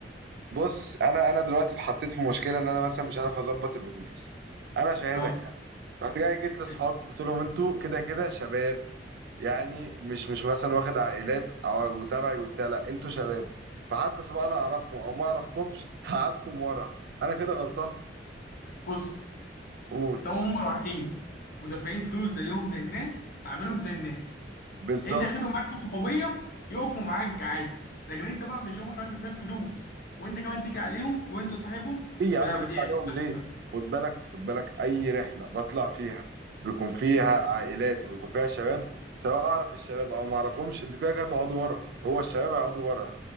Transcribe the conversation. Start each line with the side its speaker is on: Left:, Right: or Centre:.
Right: بص انا انا دلوقتي اتحطيت في مشكله ان انا مثلا مش عارف اظبط الاتوبيس انا شاهدك
Left: اه
Right: يعني رحت جاي جيت لاصحابي
Left: ماشي
Right: قلت لهم انتوا كده كده شباب يعني مش مش مثلا واخد عائلات أو- وتبعي وبتاع لا انتوا شباب فحتى سواء انا اعرفكم او ما اعرفكمش هقعدكم ورا انا كده غلطان
Left: بص
Right: قول
Left: طب هم رايحين ودافعين فلوس زيهم زي الناس تعاملهم زي الناس
Right: بالظبط
Left: انت اخدهم معاك صحوبيه يقفوا معاك عادي لكن انت بقى مش هما كمان دافعين فلوس وانت كمان تيجي عليهم وانت صاحبهم
Right: ايه يا عم
Left: لا
Right: جيت
Left: دي عيب
Right: عليهم
Left: حقك
Right: ليه
Left: بس
Right: خد بالك خد بالك اي رحله بطلع فيها بيكون فيها عائلات وبيكون فيها شباب سواء اعرف الشباب او ما اعرفهمش انتوا كده كده هتقعدوا ورا هو الشباب هيقعدوا ورا